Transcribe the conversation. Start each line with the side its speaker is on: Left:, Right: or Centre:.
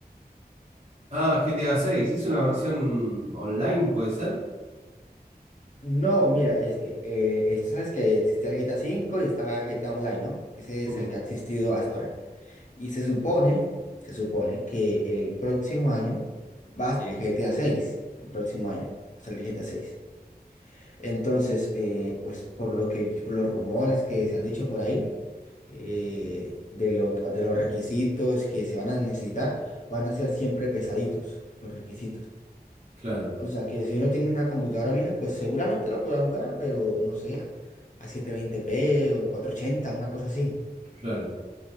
Right: Ah, GTA seis ¿es una versión online, puede ser?
Left: No, mira, este, eh, es- sabes que existía el GTA 5 y estaba GTA Online, ¿no? Ese
Right: Mm,
Left: es el que ha existido hasta ahora. Y se supone, se supone que el próximo año va a salir GTA 6, el próximo año va a salir GTA 6. Entonces, eh, pues por lo que, por los rumores que se han dicho por ahí, eh, de lo, de los requisitos que se van a necesitar, van a ser siempre pesaditos los requisitos.
Right: claro,
Left: O sea que si uno tiene una computadora vieja, pues seguramente lo podrá jugar, pero no sé, a 720p o 480, una cosa así.
Right: claro.